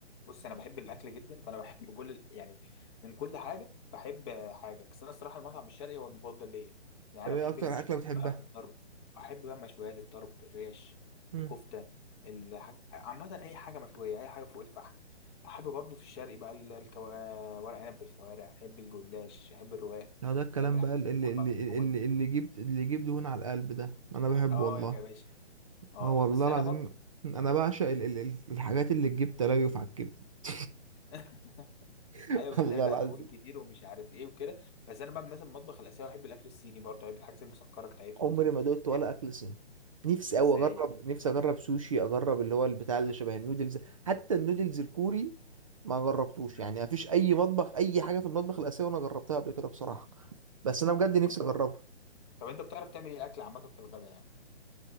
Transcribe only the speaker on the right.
طب
ايه
اكتر
اكلة بتحبها
امم
لا ده الكلام
بقى اللي
اللي
اللي,
اللي جبت اللي جيب دهون على القلب ده انا بحبه
والله
اه والله
العظيم
انا بعشق ال ال ال- الحاجات اللي تجيب تليف على الكبد دي
<laughs>
والله
العظيم
عمري
ما دقت ولا
اكل صيني نفسي
قوي اجرب
نفسي اجرب سوشي اجرب اللي هو البتاع اللي شبه النودلز حتى النودلز الكوري ما جربتوش
يعني ما فيش اي مطبخ اي حاجه في المطبخ الاسيوي انا جربتها قبل كده بصراحه بس انا بجد نفسي
اجربها